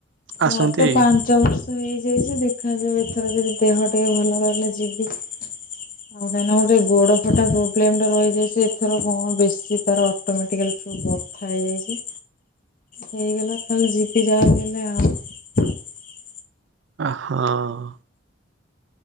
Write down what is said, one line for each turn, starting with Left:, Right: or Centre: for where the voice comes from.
Right: ଆସନ୍ତି।
Left: ମୋର ତ ପାଆନ୍ତି ପାଞ୍ଚ ବର୍ଷ ହେଇଯାଇଛି ଦେଖା ଯାଉ ଏଥର ଯଦି ଦେହ ଟିକେ ଭଲ ରହିଲେ ଯିବି। ଆଉ କାହିଁକି ଗୋଡ଼ ଫଟା ପ୍ରୋବ୍ଲେମ ଟା ରହିଯାଇଛି ଏଥର କଣ ବେଶୀ ତାର ଅଟୋମେଟିକାଲିଠୁ ବଥା ହେଇଯାଇଛି ହେଇଗଲା ତାହେଲେ ଯିପି ଯାହା ହେଲେ ଆଉ। <unintelligible>
Right: ଅ ହଁ।